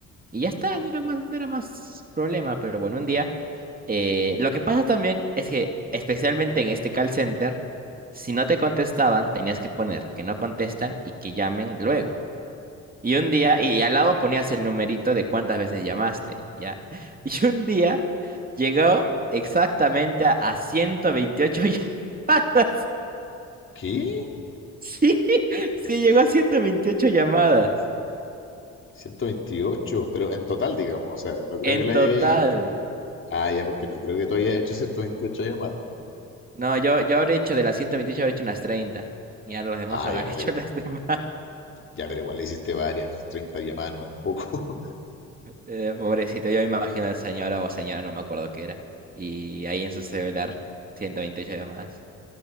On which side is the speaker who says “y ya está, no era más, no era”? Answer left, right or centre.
Right